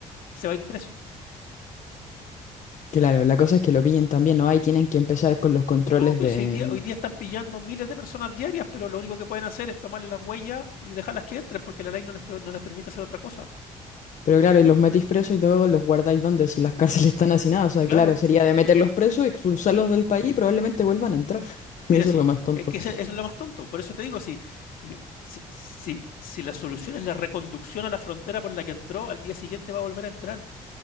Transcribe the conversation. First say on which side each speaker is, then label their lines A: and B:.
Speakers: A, on the left; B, on the left.
A: se va a ir preso.
B: Claro, la cosa es que lo pillen también, ¿no? Ahí tienen que empezar con los controles
A: No, pero
B: de...
A: si hoy día, hoy día están pillando miles de personas diarias, pero lo único que pueden hacer es tomarle las huellas y dejarlas que entren, porque la ley no les, per- no les permite hacer otra cosa.
B: Pero claro, y los metís presos y luego los guardáis donde si las <laughs> cárceles están hacinadas. O sea,
A: Claro,
B: claro, sería de meterlos presos, expulsarlos
A: sí.
B: del país y probablemente vuelvan a entrar. <laughs>
A: Mira,
B: Eso
A: sí,
B: es lo más tonto.
A: es que ese- eso es lo más tonto. Por eso te digo, si, mi- si, si, si la solución es la reconducción a la frontera por la que entró, al día siguiente va a volver a entrar